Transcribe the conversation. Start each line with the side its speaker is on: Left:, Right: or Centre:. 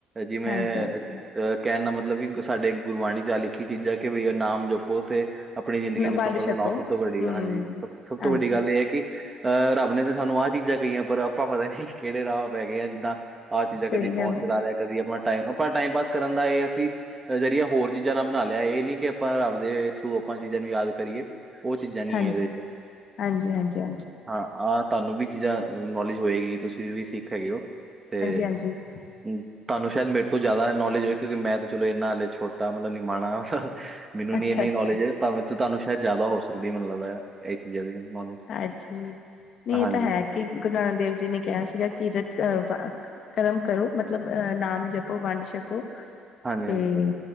Right: ਜਿਵੇਂ
Left: ਹਾਂਜੀ ਹਾਂਜੀ
Right: ਅਹ ਕਹਿਣ ਦਾ ਮਤਲਬ ਕਿ, ਸਾਡੇ ਗੁਰਬਾਣੀ ਚ ਆ ਲਿਖੀ ਚੀਜ਼ਾਂ, ਕਿ ਬਈ ਨਾਮ ਜਪੋ ਤੇ ਆਪਣੀ ਜ਼ਿੰਦਗੀ ਨੂੰ
Left: ਵੰਡ
Right: ਸਫਲ
Left: ਛਕੋ
Right: ਬਣਾਉ। ਸਭ
Left: ਹਮ
Right: ਤੋਂ ਵੱਡੀ ਹਾਂਜੀ, ਸ ਸਭ
Left: ਹਾਂਜੀ
Right: ਤੋਂ ਵੱਡੀ ਗੱਲ
Left: ਹਾਂਜੀ
Right: ਇਹ ਹੈ ਕਿ ਅਹ ਰੱਬ ਨੇ ਤਾਂ ਸਾਨੂੰ, ਆਹ ਚੀਜ਼ਾਂ ਕਹੀਆਂ, ਪਰ ਆਪਾਂ ਪਤਾ ਹੀ ਨੀ, ਕਿਹੜੇ ਰਾਹ ਪੈ ਗਏ ਆ ਜਿੱਦਾਂ ਆਹ ਚੀਜ਼ਾਂ
Left: ਸਹੀ
Right: ਕਦੀ ਫੋਨ
Left: ਗੱਲ
Right: ਚਲਾ
Left: ਆ,
Right: ਲਿਆ, ਕਦੀ ਆਪਣਾ ਟਾਈ ਆਪਣਾ, ਟਾਈਮ ਪਾਸ ਕਰਨ ਦਾ ਇਹ ਆ ਅਸੀਂ ਜ਼ਰੀਆ ਹੋਰ ਚੀਜ਼ਾਂ, ਨਾਲ ਬਣਾ ਲਿਆ, ਇਹ ਨੀ ਕਿ ਆਪਾਂ ਰੱਬ ਦੇ ਥਰੂ ਆਪਾਂ, ਚੀਜ਼ਾਂ ਨੂੰ ਯਾਦ ਕਰੀਏ। ਉਹ ਚੀਜ਼ਾਂ, ਨੀ
Left: ਹਾਂਜੀ
Right: ਆ ਇਹਦੇ ਚ।
Left: ਹਾਂਜੀ ਹਾਂਜੀ ਹਾਂਜੀ
Right: ਹਾਂ, ਆਹ ਤੁਹਾਨੂੰ ਵੀ ਚੀਜ਼ਾਂ, ਨੌਲੇਜ ਹੋਏਗੀ, ਤੁਸੀਂ ਵੀ ਸਿੱਖ ਹੈਗੇ ਹੋ। ਤੇ
Left: ਹਾਂਜੀ ਹਾਂਜੀ
Right: ਤੁਹਾਨੂੰ ਸ਼ਾਇਦ ਮੇਰੇ ਤੋਂ, ਜ਼ਿਆਦਾ ਨੌਲੇਜ ਹੋਏ, ਕਿਉਂਕਿ ਮੈਂ ਤੇ ਚਲੋਂ, ਇਹਨਾਂ ਹਲੈ ਛੋਟਾ ਮਤਲਬ ਨਿਮਾਣਾ। ਮੈਨੂੰ
Left: ਅੱਛਾ
Right: ਨੀ ਇੰਨੀ
Left: ਅੱਛਾ
Right: ਨੌਲੇਜ ਐ। ਤਾਂ ਤੁਹਾਨੂੰ ਸ਼ਾਇਦ ਜ਼ਿਆਦਾ ਹੋ ਸਕਦੀ ਐ, ਮੈਨੂੰ ਲੱਗਦਾ ਇਹ ਚੀਜ਼ਾਂ ਦੀ ਨੌਲੇਜ।
Left: ਹਾਂਜੀ ਨਹੀਂ
Right: ਹਾਂਜੀ
Left: ਇਹ ਤਾਂ ਹੈ ਕਿ ਗੁਰੂ ਨਾਨਕ ਦੇਵ ਜੀ ਨੇ ਕਿਹਾ ਸੀਗਾ ਕੀਰਤ ਵ ਕਰਮ ਕਰੋ ਮਤਲਬ ਅਹ ਨਾਮ ਜਪੋ ਵੰਡ ਛਕੋ
Right: ਹਾਂਜੀ
Left: ਤੇ
Right: ਹਾਂਜੀ